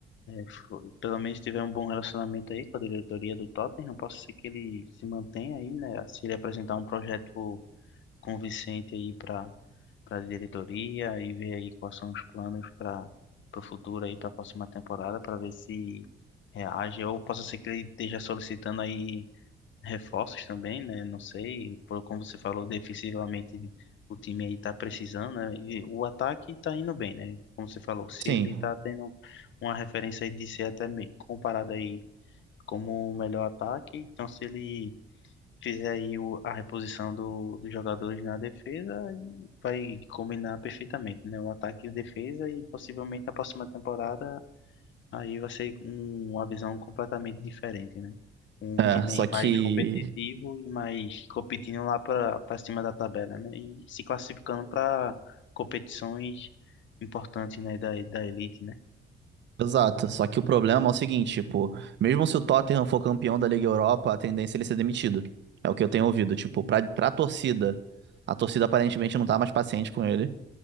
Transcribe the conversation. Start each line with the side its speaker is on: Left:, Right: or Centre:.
Left: for- pelo menos tiver um bom relacionamento aí com a diretoria do Tottenham, posso ser que ele se mantenha aí, né? Se ele apresentar um projeto convincente aí para para a diretoria e ver aí quais são os planos para o futuro aí para a próxima temporada para ver se reage ou possa ser que ele esteja solicitando aí reforços também, né? Não sei, por como você falou, defensivamente o time aí tá precisando, né? E o ataque tá indo bem, né? Como você falou, se
Right: sim.
Left: ele tá tendo uma referência aí de ser até meio comparado aí como o melhor ataque, então se ele fizer aí o- a reposição do, dos jogadores na defesa e vai combinar perfeitamente, né? O ataque e a defesa e possivelmente na próxima temporada aí vai ser um- uma visão completamente diferente, né? Um
Right: É,
Left: time
Right: só
Left: aí
Right: que
Left: mais competitivo e mais competindo lá para para cima da tabela, né? E se classificando para competições importantes, né? Da, da elite, né?
Right: Exato, só que o problema é o seguinte, tipo, mesmo se o Tottenham for campeão da Liga Europa, a tendência é ele ser demitido. É o que eu tenho ouvido, tipo, pra, pra torcida, a torcida aparentemente não tá mais paciente com ele.